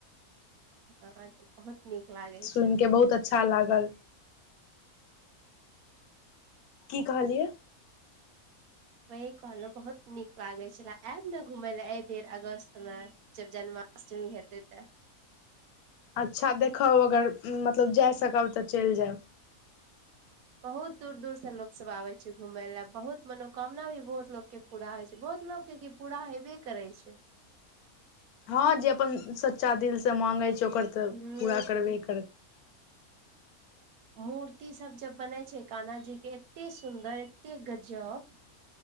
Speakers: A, on the right; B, on the left.
A: हँ तऽ बहुत नीक लागै
B: सुनि
A: छै।
B: के बहुत अच्छा लागल। की कहलियै?
A: वही कहलहुं, बहुत नीक लागे छेला। आयब ने घुमय ल एहि बेर अगस्त मे जब जन्माष्टमी हेतै तऽ।
B: अच्छा देखब अगर, मतलब जा सकब तऽ चलि जायब।
A: बहुत दूर दूर स लोक सब आबे छै घूमय ल। बहुत मनोकामना भी बहुत लोक के पूरा होइ छै। बहुत लोक के कि, पूरा हेबे करै छै।
B: हँ जे अपन, सच्चा दिल स माँंगै छै ओकर तऽ,
A: हूँ
B: पूरा करबे करत।
A: मूर्ति सब जब बनै छै काना जी के, एत्ते सुन्दर एत्ते गजब